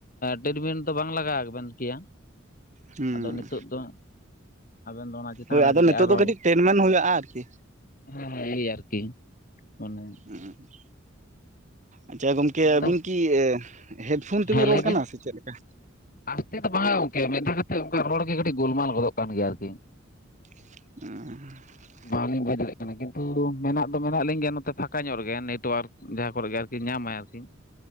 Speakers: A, on the left (about 45°); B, on the right (about 40°).
A: ᱴᱤᱴᱢᱤᱱᱴ ᱫᱚ ᱵᱟᱝ ᱞᱟᱜᱟᱣ ᱟᱵᱮᱱ ᱠᱮᱭᱟ᱾
B: ᱦᱩᱸ
A: ᱟᱫᱚ ᱱᱤᱛᱚᱜ ᱫᱚ ᱟᱵᱮᱱ ᱫᱚ ᱚᱱᱟ ᱪᱮᱛᱟᱱ
B: ᱦᱳᱭ
A: ᱨᱮ
B: ᱟᱫᱚ ᱱᱤᱛᱚᱜ
A: ᱟᱨᱚ
B: ᱫᱚ ᱠᱟᱹᱴᱤᱡ ᱴᱮᱴᱢᱮᱱ ᱦᱩᱭᱩᱜᱼᱟ ᱟᱨᱠᱤ
A: ᱦᱳᱭ ᱟᱨᱠᱤ ᱢᱟᱱᱮ
B: <unintelligible> ᱟᱪᱪᱷᱟ ᱜᱚᱢᱠᱮ
A: ᱟᱫᱚ
B: ᱟᱹᱵᱤᱱ ᱠᱤ ᱦᱮᱰᱯᱷᱳᱱ ᱛᱮᱵᱤᱱ
A: ᱦᱮᱸ
B: ᱨᱚᱲ
A: ᱞᱟᱹᱭ
B: ᱠᱟᱱᱟ
A: ᱵᱤᱱ
B: ᱥᱮ ᱪᱮᱫ ᱞᱮᱠᱟ
A: ᱟᱥᱛᱮ ᱫᱚ ᱵᱟᱝ ᱜᱚᱝᱠᱮ ᱢᱤᱫ ᱫᱷᱟᱣ ᱠᱟᱛᱮᱜ ᱚᱱᱠᱟ ᱨᱚᱲ ᱜᱮ ᱠᱟᱹᱴᱤᱡ ᱜᱚᱞᱢᱟᱞ ᱜᱚᱫᱚᱜ ᱠᱟᱱ ᱜᱮᱭᱟ ᱟᱨᱠᱤ
B: <unintelligible>
A: ᱵᱟᱝᱞᱤᱧ ᱵᱩᱡᱽ ᱫᱟᱲᱭᱟᱜ ᱠᱟᱱᱟ ᱠᱤᱱᱛᱩ ᱢᱮᱱᱟᱜ ᱫᱚ ᱢᱮᱱᱟᱜ ᱞᱤᱧ ᱜᱮᱭᱟ ᱱᱚᱛᱮ ᱯᱷᱟᱸᱠᱟ ᱧᱚᱜ ᱨᱮᱜᱮ ᱱᱮᱴᱚᱣᱟᱨᱠ ᱡᱟᱦᱟᱸ ᱠᱚᱨᱮ ᱜᱮ ᱟᱨᱠᱤ ᱧᱟᱢᱟᱭ ᱟᱨᱠᱤ